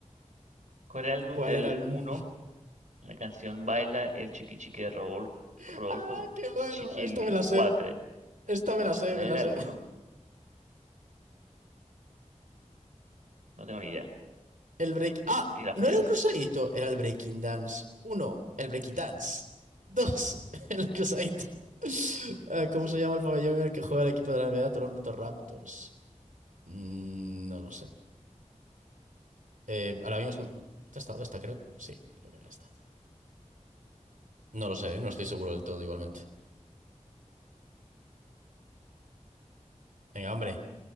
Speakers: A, on the right (about 70°); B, on the right (about 85°).
A: ¿Cuál era el, nu-
B: ¿Cuál
A: el
B: era el...?
A: uno? La canción Baila el Chiqui Chiqui de Rodolfo,
B: <laughs>
A: Rodolfo
B: ¡Ah, qué bueno!
A: Chiquilicuatre.
B: Esta me la sé. Esta me la sé,
A: ¿Cuál
B: me la
A: era
B: sé.
A: el uno? No tengo ni idea.
B: El break... ¡Ah!
A: Y la
B: No
A: fallaste.
B: era el cruzadito, era el breaking dance. Uno, el breaking dance. Dos, <laughs> el cruzadito. Ah, ¿Cómo se llama el pabellón en el que juega el equipo de la NBA Toronto Raptors? Mm, No lo sé. Eh, ahora mismo hemos contestado esta, creo. Sí, creo que era esta. No lo sé, ¿eh? No estoy seguro del todo igualmente. Venga, hombre,